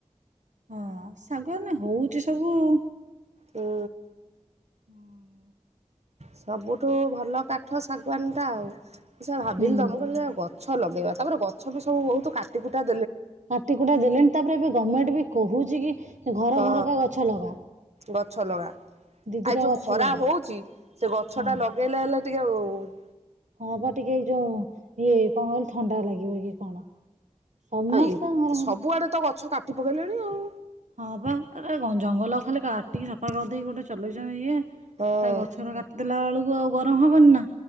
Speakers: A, on the right; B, on the right.
A: ହଁ ଶାଗୁଆନ ରେ ହୋଉଛି ସବୁ ଆଉ।
B: ହୁଁ
A: ହୁଁ।
B: ସବୁଠୁ ଭଲ କାଟ। ଠ ଶାଗୁଆନ ଟା ଆଉ। ସେୟା ଭାବିଲି
A: ହୁଁ
B: ତ ମୁ କହିଲି ଦେଖିଆ ଗ ଗଛ ଲଗେଇବା ତାପରେ ଗଛ ବି ସବୁ ବହୁତ କାଟିକୁୁଟା।
A: କାଟିକୁଟା ଦେଲେଣି ତାପରେ ବି। ଗଭର୍ଣ୍ଣମେଣ୍ଟ ବି କହୁଛି କି। ଘର
B: ହଁ
A: ଘରକା ଗଛ ଲଗା
B: ଗଛ ଲଗା
A: ଦି ଦିଟା
B: ଆ ଯୋଉ
A: ଗଛ
B: ଖରା
A: ଲଗା
B: ହଉଛି ସେ ଗଛ
A: ହଁ।
B: ଟା ଲଗେଇଲେ ହେଲେ ଟିକେ ଟିକିଏ <inaudible>
A: ହଁ ବା ଟିକେ ଏଇ ଯୋଉ ଇଏ କଣ କହଲେ ଥଣ୍ଡା ଲାଗେ। କ କଣ। ସମସ୍ତଙ୍କ
B: ଆ
A: ଘର ଘର
B: ସବୁଆଡେ ତ ଗଛ। କାଟି ପକେଇଲେଣି ଆଉ।
A: ହଁ ବା ଜଙ୍ଗଲ ଖାଲି କାଟିକି ସଫା କରିଦେଇକି ଗୋଟେ ଚଲେଇଛନ୍ତି ଇଏ
B: ହଁ
A: ଗଛର କାଟିଦେଲା ବେଳକୁ ଆଉ ଗରମ ହବନି ନା